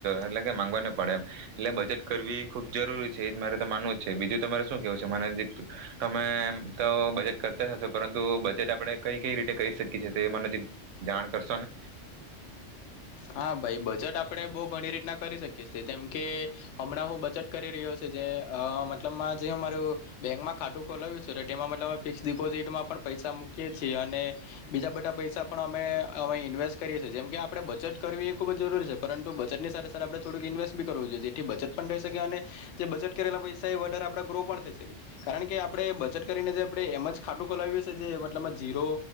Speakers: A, on the right; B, on the left.
A: એટલે કે મામાંગવા ન પડે એમ એટલે બજેટ કરવી ખૂબ જરૂરી છે એ જ મારે તો માનવું જ છે બીજું તમારે શું કેવું છે મને તમેમ તો બજેટ કરતા જ હશો પરંતુ બજેટ આપણે કઈ કઈ રીતે કરી શકીએ છે તે મને જે જાણ કારસો ને
B: હા ભાઈ બચટ આપણે બહુ ઘણી રીતના કરી શકીએ છીએ. જેમ કે હમણાં હું બચત કરી રહ્યો છે જે મતલબમાં જે અમારું બેંકમાં ખાતું ખોલાવ્યું છે તેમાં મતલબ અમે ફિક્સ ડિપોઝિટમાં પણ પૈસા મૂકીએ છીએ, અને બીજા બધા પૈસા પણ અમે અમે ઇન્વેસ્ટ કરીએ છીએ જેમ કે આપણે બજેટ કરવી એ ખૂબ જ જરૂરી છે પરંતુ બચતની સાથે સાથે આપણે થોડુંક ઇન્વેસ્ટ બી કરવું જોઈએ જેથી બચત પણ રહી શકે, અને જે બચત કરેલા પૈસા એ વધારે આપણે ગ્રો પણ થઈ શકીએ કારણ કે આપણે બચત કરીને જે આપણે એમ જ ખાટું ખોલાવીએ જે મતલબમાં જીરો